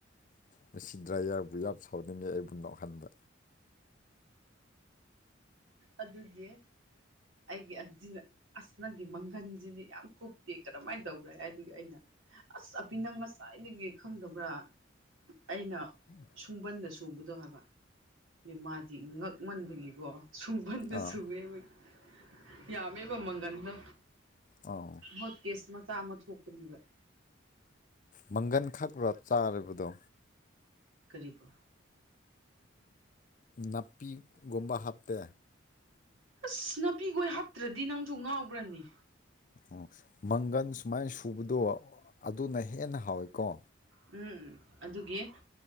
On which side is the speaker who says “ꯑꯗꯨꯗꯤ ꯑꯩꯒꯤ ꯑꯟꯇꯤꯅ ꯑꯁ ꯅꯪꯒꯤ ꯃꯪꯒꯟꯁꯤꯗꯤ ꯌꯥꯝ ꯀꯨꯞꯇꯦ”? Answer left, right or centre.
Right